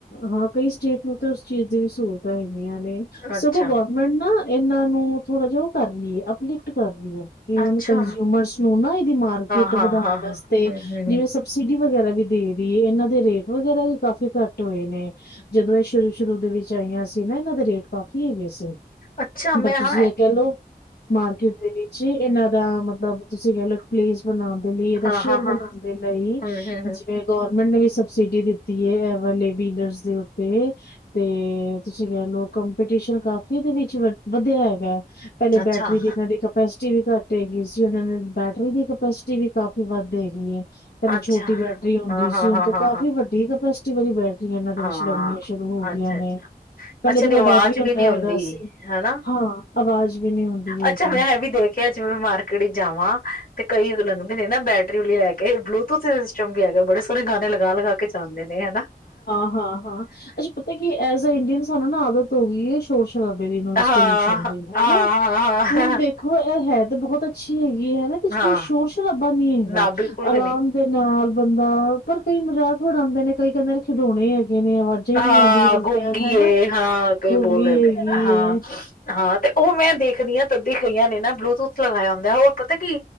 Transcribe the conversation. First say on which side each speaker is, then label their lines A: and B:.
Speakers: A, on the left (about 85°); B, on the left (about 60°).
A: ਹਾਂ ਕਈ ਸਟੇਟ ਨੂੰ ਤੇ, ਚੀਜ਼ ਦੀ ਵੀ ਸਹੂਲਤਾਂ ਹੈਗੀ। ਹੁੰਦੀਆ ਨੇ
B: ਅੱਛਾ,
A: ਸਗੋ ਗਵਰਮੈਂਟ ਨਾ ਇਹਨਾਂ ਨੂੰ। ਥੋੜਾ ਜਿਹਾ ਓ ਕਰ ਲਈ ਏ ਹੈ ਅਪਲਿਫਟ ਕਰ ਵਨ
B: ਅੱਛਾ,
A: ਕੰਜਿਊਮਰਸ ਨੂੰ ਨਾ ਇਹਦੀ ਮਾਰਕੀਟ
B: ਹਾਂ, ਹਾਂ,
A: ਵਧਾਣ
B: ਹਾਂ,
A: ਵਾਸਤੇ
B: ਹਾਂ, ਹੂੰ, ਹੂੰ,
A: ਜਿਵੇਂ
B: ਹੂੰ,
A: ਸਬਸਿਡੀ ਵਗੈਰਾ ਵੀ ਦੇ ਰਹੀ ਹੈ ਇਹਨਾਂ ਦੇ ਰੇਟ ਵਗੈਰਾ ਵੀ ਕਾਫੀ ਘੱਟ ਹੋਏ ਨੇ ਜਦੋਂ ਇਹ ਸ਼ੁਰੂ-ਸ਼ੁਰੂ ਦੇ ਵਿੱਚ ਆਈਆਂ ਸੀ, ਨਾ ਇਹਨਾਂ ਦੇ ਰੇਟ ਕਾਫੀ ਹੈਗੇ ਸੀ।
B: ਅੱਛਾ ਮੈਂ
A: ਪਰ ਤੁਸੀਂ
B: ਹਾਂ ਐ
A: ਇਹ ਕਹਿ ਮਾਰਕੀਟ ਦੇ ਵਿਚ ਇਹਨਾਂ ਦਾ ਮਤਲਬ ਤੁਸੀਂ ਕਹਿ ਲਓ, ਪਲੇਸ ਬਣਾ ਦੇ ਲਈ ਇਹਦਾ
B: ਹਾਂ,
A: ਸ਼ੇਰ
B: ਹਾਂ,
A: ਬਣਾਣ
B: ਹਾਂ,
A: ਦੇ ਲਈ
B: ਹੂੰ, ਹੂੰ, ਹੂੰ,
A: ਜਿਵੇਂ ਗੋ ਗਮੈਟ ਨੇ ਵੀ ਸਬਸਿਡੀ ਦਿੱਤੀ ਹੈ ਏ ਵਾਲੇ ਡਿਲਰ ਦੇ ਉਤੇ ਤੇ ਤੁਸੀਂ ਕਹਿਲੋ ਕੰਪੀਟੀਸ਼ਨ ਕਾਫੀ ਵਿਚ ਵਧਿਆ ਹੈਗਾ। ਪਹਿਲੇ
B: ਅੱਛਾ,
A: ਬੈਟਰੀ ਦੀ ਇਹਨਾਂ ਦੀ ਕਪੈਸਿਟੀ ਵੀ ਘੱਟ ਗਈ ਸੀ, ਉਹਨਾਂ ਨੇ ਬੈਟਰੀ ਦੀ ਕਪੈਸਿਟੀ ਵੀ ਕਾਫ਼ੀ ਵੱਧ ਹੇਗੀ ਹੈ। ਕਹਿੰਦੇ
B: ਅੱਛਾ,
A: ਛੋਟੀ ਬੈਟਰੀ ਆਉਂਦੀ
B: ਹਾਂ, ਹਾਂ,
A: ਸੀ, ਹੁਣ
B: ਹਾਂ,
A: ਤੇ
B: ਹਾਂ,
A: ਕਾਫ਼ੀ
B: ਹਾਂ,
A: ਵੱਡੀ ਕਪੇਸਟੀ <unintelligible> ਇਹਨਾਂ ਦੇ ਵਿੱਚ
B: ਹਾਂ।
A: ਲੱਗਣੀਆਂ ਸ਼ੁਰੂ ਹੋ ਗਈਆਂ
B: ਅੱਛਾ,
A: ਨੇ
B: ਅੱਛਾ,
A: ਪਹਿਲੇ
B: ਅੱਛਾ
A: ਥੋੜ੍ਹਾ
B: ਦੀ ਆਵਾਜ਼
A: ਡਰ ਵੀ ਹੁੰਦਾ
B: ਨੀ ਹੁੰਦੀ
A: ਹੈਗਾ ਸੀ
B: ਹਨਾ।
A: ਹਾਂ। ਆਵਾਜ਼ ਵੀ ਨੀ ਹੁੰਦੀ ਹੈਗੀ।
B: ਅੱਛਾ ਮੈਂ ਇਹ ਵੀ ਦੇਖਿਆ ਜਿਵੇਂ ਮਾਰਕੀਟ ਚ ਜਾਵਾਂ ਤੇ ਕਈ ਲੰਘਦੇ ਨੇ ਨਾ ਬੈਟਰੀ ਵਾਲੀ ਲੈ ਕੇ ਬਲੂਟੂਥ ਸਿਸਟਮ ਵੀ ਹੈਗਾ ਬੜੇ ਸੋਹਣੇ ਗਾਣੇ ਲਗਾ ਲਗਾ ਕੇ ਜਾਂਦੇ ਨੇ ਹੈਨਾ।
A: ਹਾਂ-ਹਾਂ, ਅੱਛਾ ਪਤਾ ਕਿ ਐਜ ਆ ਇੰਡੀਅਨ ਸਾਨੂੰ ਨਾ ਆਦਤ ਹੋ ਗਈ ਸ਼ੋਰ‌ ਸ਼ਰ ਬੜੀ ਨੋਇਜ਼
B: ਹਾਂ, ਹਾਂ,
A: ਪੋਲਿਊਸ਼ਨ ਦੀ ਹੈ
B: ਹਾਂ,
A: ਨਾ,
B: ਹਾਂ,
A: ਹੁਣ ਦੇਖੋ ਇਹ ਹੈ ਤੇ ਬਹੁਤ <unintelligible> ਚ
B: ਹਾਂ,
A: ਕੋਈ ਸ਼ੋਰ-ਸ਼ਰਾਬਾ ਨੀ ਹੈਗਾ
B: ਨਾ ਬਿਲਕੁਲ
A: ਆਰਾਮ
B: ਵੀ ਨੀ।
A: ਦੇ ਨਾਲ ਬੰਦਾ ਪਰ ਕਈ ਮਜ਼ਾਕ ਆਂਦੇ ਨੇ ਕਈ ਕਹਿੰਦੇ ਨੇ ਖਿਡੌਣੇ ਹੈਗੇ। ਨੇ, ਆਵਾਜ਼ਾਂ ਹੀ
B: ਹਾਂ
A: ਨਹੀਂ ਆਉਂਦੀਆਂ ਹੈਗੀਆਂ,
B: ਗੁੰਗੀ
A: ਹੈ ਨਾ?
B: ਏ, ਹਾਂ ਕਈ
A: ਗੂੰਗੀ
B: ਬੋਲਦੇ
A: ਹੈਗੀ
B: ਹਾਂ-ਹਾਂ
A: ਏ
B: ਤੇ ਉਹ ਮੈਂ ਦੇਖਦੀ ਹਾਂ। ਤੱਦੀ ਗਈਆਂ ਨੇ ਨਾ, ਬਲੂਟੂਥ ਲਗਾਇਆ ਹੁੰਦਾ, ਉਹ ਪਤਾ ਕੀ।